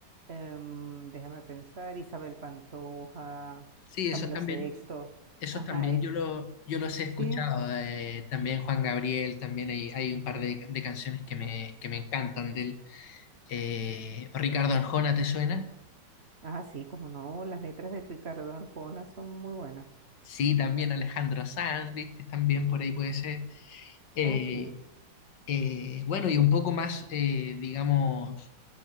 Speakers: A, on the right (about 40°); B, on the left (about 75°).
A: em, déjame pensar, Isabel Pantoja,
B: Sí, eso
A: Camilo
B: también.
A: Sexto,
B: Eso
A: ajá,
B: también
A: eh,
B: yo, lo, yo los he escuchado,
A: sí.
B: eh, también Juan Gabriel, también hay, hay un par de, de canciones que me, que me encantan de él. Eh, Ricardo Arjona, ¿te suena?
A: Ah, sí, como no, las letras de Ricardo Arjona son muy buenas.
B: Sí, también Alejandro Sanz, ¿viste? También por ahí puede ser. Eh,
A: Ah, sí.
B: eh, bueno, y un poco más, eh, digamos,